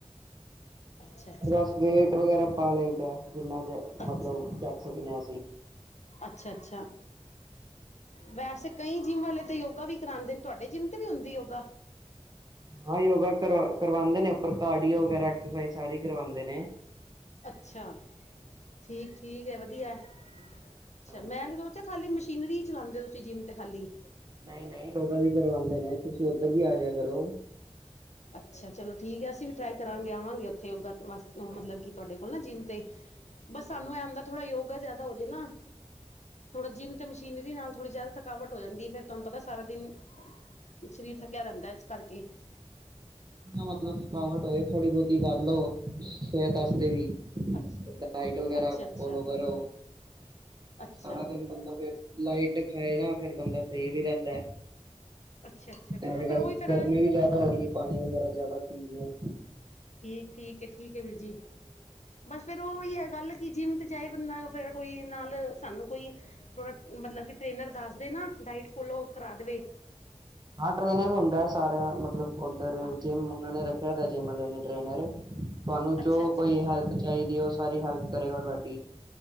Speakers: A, on the left; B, on the right.
A: ਅੱਛਾ ਅੱਛਾ
B: ਬਸ ਵੇਟ ਵਗੈਰਾ ਪਾ ਲਈ ਦਾ ਜਿੰਨਾ ਜ।
A: ਅੱਛ
B: ਮੱਤਲਬ ਚੱਕ ਸਕਦੇ ਹਾਂ ਅਸੀਂ।
A: ਅੱਛਾ ਅੱਛਾ। ਵੈਸੇ ਕਈ ਜਿੰਮ ਵਾਲੇ ਤੇ ਯੋਗਾ ਵੀ ਕਰਾਉਂਦੇ ਨੇਂ ਤੁਹਾਡੇ ਜਿੰਮ ਤੇ ਨੀਂ ਹੁੰਦੀ ਯੋਗਾ।
B: ਹਾਂ ਯੋਗਾ ਕਰਵਾ ਕਰਵਾਉਂਦੇ ਨੇਂ ਪਰ ਕਾਰਡੀਓ ਵਗੈਰਾ ਐਕਸਾਸਾਈਜ਼ ਸਾਰੀ ਕਰਵਾਉਂਦੇ ਨੇ।
A: ਅੱਛਾ ਠੀਕ ਠੀਕ ਹੈ ਵਧੀਆ। ਅੱਛਾ
B: ਹਾਂਜੀ
A: ਮੈਂ ਤੇ ਖਾਲੀ ਮਸ਼ੀਨਰੀ ਚਲਾਉਂਦੇ ਤੁਸੀਂ ਜਿੰਮ ਤੇ ਖਾਲੀ।
B: ਨਹੀਂ ਨਹੀਂ ਯੋਗਾ ਵੀ ਕਰਵਾਉਂਦੇ ਨੇਂ। ਤੁਸੀਂ ਉੱਧਰ ਵੀ ਆ ਜਿਆ ਕਰੋ।
A: ਅੱਛਾ ਚਲੋ ਠੀਕ ਹੈਂ। ਅਸੀਂ ਵੀ ਟ੍ਰਾਈ ਕਰਾਂਗੇ ਆਂਵਾਂਗੇ ਉੱਥੇ। ਯੋਗਾ ਵਾ
B: ਹਾਂਜੀ
A: ਮੱਤਲਬ ਕਿ ਤੁਹਾਡੇ ਕੋਲ ਨਾ ਜਿੰਮ ਤੇ ਬਸ ਸਾਨੂੰ
B: ਹਾਂਜੀ।
A: ਇਹ ਹੁੰਦਾ। ਥੋੜਾ ਯੋਗਾ ਜ਼ਿਆਦਾ ਹੋ ਜੇ ਨਾ। ਥੋੜਾ ਜਿੰਮ ਤੇ ਮਸ਼ੀਨਰੀ ਨਾਲ ਥੋੜੀ ਜ਼ਿਆਦਾ ਥਕਾਵਟ ਹੋ ਜਾਂਦੀ। ਫਿਰ ਤੁਹਾਂਨੂੰ ਪਤਾ ਸਾਰਾ ਦਿਨ। ਸ਼ਰੀਰ ਥਕਿਆ ਰਹਿੰਦਾ ਇਸ ਕਰਕੇ।
B: ਮੱਤਲਬ ਥਕਾਵਟ ਹੋਵੇਂ। ਥੋੜੀ ਬਹੁਤੀ ਕਰ ਲਓ ਸਿਹਤ ਵਾਸਤੇ ਵੀ।
A: ਅੱਛਾ
B: ਡਾਇਟ ਵਗੈਰਾ
A: ਅੱਛਾ ਅੱਛਾ
B: ਫੋਲੋ ਕਰੋ।
A: ਅੱਛਾ
B: ਸਾਰਾ ਦਿਨ ਬੰਦਾ ਫਿਰ ਲਾਈਟ ਖਾਏਗਾ। ਫਿਰ ਬੰਦਾ ਸਹੀ ਵੀ ਰਹਿੰਦਾ।
A: ਅੱਛਾ ਅੱਛਾ ਚਲੋ
B: ਐ
A: ਫਿਰ
B: ਗੱਲ
A: ਉਹੀ ਫਿਰ
B: ਗਰਮੀਂ ਵੀ ਜ਼ਿਆਦਾ ਹੋ ਰਹੀ ਹੈ। ਪਾਣੀ ਵਗੈਰਾ ਜ਼ਿਆਦਾ ਪੀ ਲਿਓ
A: ਠੀਕ, ਠੀਕ ਹੈ ਠੀਕ ਹੈ ਵੀਰ ਜੀ। ਬਸ ਫਿਰ ਉਹੀ ਹੈ ਗੱਲ ਕਿ ਜਿੰਮ ਚ ਜਾਏ ਬੰਦਾ ਫਿਰ ਕੋਈ ਨਾਲ ਸਾਨੂੰ ਕੋਈ। ਥੋੜਾ ਮੱਤਲਬ ਕਿ ਟ੍ਰੇਨਰ ਦੱਸ ਦੇ ਨਾ ਡਾਇਟ ਫੋਲੋ ਕਰਾ ਦੇਵੇ।
B: ਹਾਂ ਟ੍ਰੇਨਰ ਹੁੰਦਾ ਸਾਰਾ। ਮੱਤਲਬ ਉੱਧਰ
A: ਹਾਂ
B: ਜਿੰਮ ਉਹਨਾਂ ਨੇਂ ਰੱਖਿਆ। ਮੈਂ ਤਾਂ ਜਿੰਮ ਲੈਨਾਂ ਟ੍ਰੇਨਰ। ਤੁਹਾਂਨੂੰ
A: ਅੱਛਾ
B: ਜ਼ੋ
A: ਅੱਛਾ
B: ਕੋਈ ਹੈਲਪ ਚਾਹੀਦੀ ਉਸ। ਸਾਰੀ ਹੈਲਪ ਕਰੇਗਾ ਤੁਹਾਡੀ।